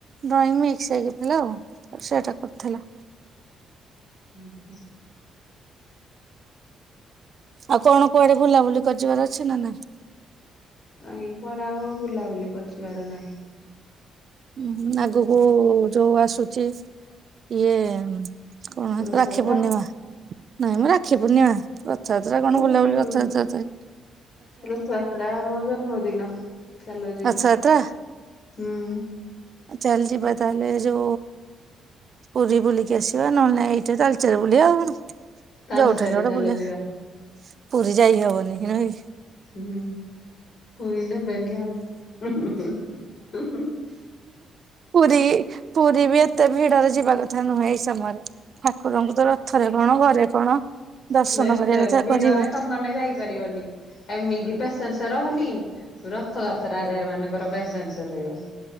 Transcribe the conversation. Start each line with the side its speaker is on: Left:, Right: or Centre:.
Right: ଡ୍ରଇଂ ମିକ୍ସ ହେଇକିଥିଲା ଆଉ ସେଇଟା କରିଥିଲା।
Left: ହୁଁ ହୁଁ।
Right: ଆଉ କଣ କୁଆଡେ ବୁଲାବୁଲି କରିିଯିବାର ଅଛି ନା ନା?
Left: କାଇଂ କୁଆଡେ ଆଉ ବୁଲାବୁଲି କରିିଯିବାର ନାହିଁ।
Right: ହଁ ଆଗକୁ ଯୋଉ ଆସୁଛି ଇଏ କଣ
Left: ରଥଯାତ୍ରା
Right: ରାକ୍ଷୀ ପୂର୍ଣ୍ଣିମା ନାଇଁ ମୋ ରାକ୍ଷୀ ପୂର୍ଣ୍ଣିମା। ରଥଯାତ୍ରା କଣ
Left: ରଖିବୁନ
Right: ବୁଲାବୁଲି ରଥଯାତ୍ରା ତ ଏଇ
Left: ରଥଯାତ୍ରା ମୋ ଜନ୍ମଦିନ ଚାଲ ଯିବା।
Right: ରଥଯାତ୍ରା
Left: ହୁଁ।
Right: ଚାଲ ଯିବା ତାହେଲେ ଯୋ ପୁରୀ ବୁଲି ଲି କି ଆସିବା ନହେଲେ ନାଇଁ ଏଇଠି ତାଲଚେର ବୁଲିବାଆଉ ଯୋଉଠି
Left: ତାଲଚେର
Right: ହେଲେ ଗୋଟେ
Left: ଚାଲ
Right: ବୁଲିବା।
Left: ଯିବା
Right: ପୁରୀ ଯାଇ ହବନି ନୋଇ।
Left: ହଁ ପୁରୀ ନେବେନି ଆଉ ହୁଁ ହୁଁ।
Right: ପୁରୀ ପୁରୀ ବି ଏତେ ଭିଡରେ ଯିବା କ ଥା ନୁହେଁ ଏଇ ସମୟରେ ଠାକୁରଙ୍କୁ ତ ରଥରେ କଣ ଘରେ କଣ ଦର୍ଶନ
Left: <unintelligible>
Right: କରିବା କଥା କରିବ।
Left: ତମମାନେେ ଯାଇପାରିବନି <unintelligible> ରହୁନି। ରଥଯାତ୍ରାରେ ଏମାନଙ୍କର ପ୍ରେଜେନ୍ସ ରହିବ।